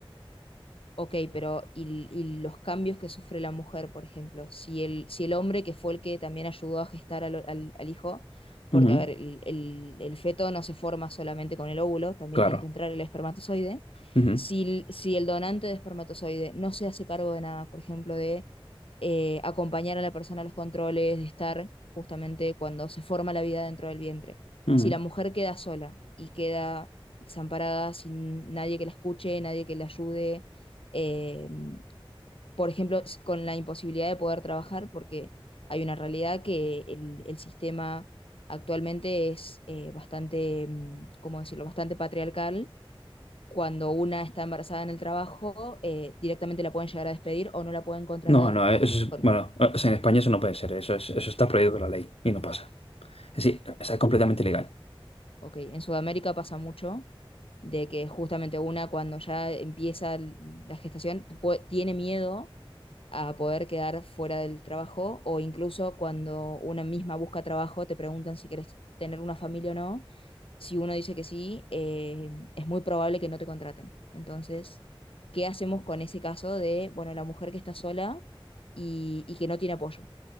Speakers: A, on the left; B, on the left.
A: Ok, pero y, y los cambios que sufre la mujer, por ejemplo, si el, si el hombre que fue el que también ayudó a gestar al, al- al hijo, porque
B: Ujú,
A: a ver, el, el- el feto no se forma solamente con el óvulo, también
B: claro.
A: tiene que entrar el espermatozoide,
B: Ujú,
A: si, el- si el donante de espermatozoide no se hace cargo de nada, por ejemplo, de eh, acompañar a la persona a los controles, de estar justamente cuando se forma la vida dentro del vientre,
B: ujú.
A: si la mujer queda sola y queda desamparada, sin nadie que la escuche, nadie que la ayude, eh, por ejemplo, s- con la imposibilidad de poder trabajar, porque hay una realidad que el, el sistema actualmente es eh, bastante, mm, ¿cómo decirlo?, bastante patriarcal. Cuando una está embarazada en el trabajo, eh, directamente la pueden llegar a despedir o no la pueden contratar.
B: No, no, eso es,
A: Bueno,
B: bueno, o sea, en España eso no puede ser, eso es, eso está prohibido por la ley y no pasa. Es decir, o sea, es completamente ilegal.
A: ok, en Sudamérica pasa mucho de que justamente una cuando ya empieza l- la gestación pue- tiene miedo a poder quedar fuera del trabajo o incluso cuando una misma busca trabajo, te preguntan si quieres tener una familia o no. Si uno dice que sí, eh, es muy probable que no te contraten. Entonces, ¿qué hacemos con ese caso de, bueno, la mujer que está sola y, y que no tiene apoyo